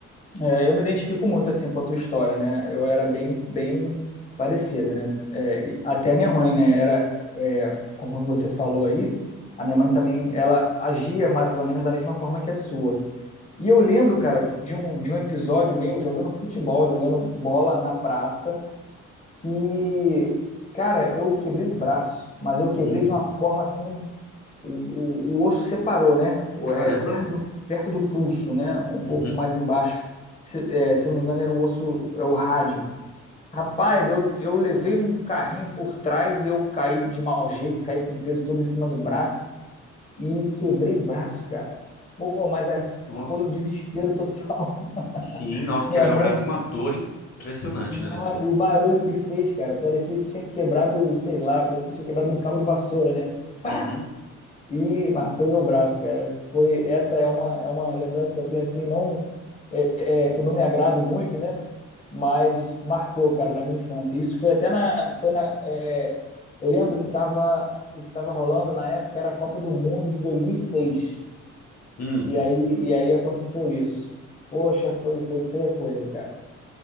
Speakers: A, on the left; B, on the left.
A: É, eu me identifico muito assim com a tua história, né? Eu era bem, bem parecido, né? É, e até a minha mãe, né? Era, é, conforme você falou aí, a minha mãe também, ela agia mais ou menos da mesma forma que a sua. E eu lembro, cara, de um, de um episódio meu jogando futebol, jogando bola na praça, que, cara, eu quebrei o braço, mas eu quebrei
B: Hum,
A: de uma forma assim o, o, o osso separou, né? O-
B: caramba.
A: É, perto do, perto do pulso, né? Um
B: Uhum.
A: pouco mais embaixo. Se, é, se eu não me engano, era o osso, é o rádio. Rapaz, eu, eu levei um carrinho por trás e eu caí de mau jeito, caí com o peso todo em cima do braço e quebrei o braço, cara. Pô, mas é-
B: Nossa.
A: foi um desespero total. <laughs>
B: Sim, nossa,
A: Minha
B: quebrar
A: mãe,
B: o braço é uma dor impressionante,
A: nossa,
B: né? Deve ser.
A: e o barulho que fez, cara, parecia que tinha quebrado, sei lá, parecia que tinha quebrado um cabo de vassoura, né? Pá!
B: Uhum.
A: E, mas foi meu braço, cara. Foi, essa é uma, é uma lembrança que eu tenho, assim, não, é, é, que eu não me agrado muito, né? Mas marcou, cara, a minha infância. Isso foi até na, foi na, é, eu lembro que tava, o que estava rolando na época era a Copa do Mundo de 2006.
B: Hum.
A: E seis. E aí, e aí aconteceu isso. Poxa, foi, foi feia a coisa, cara.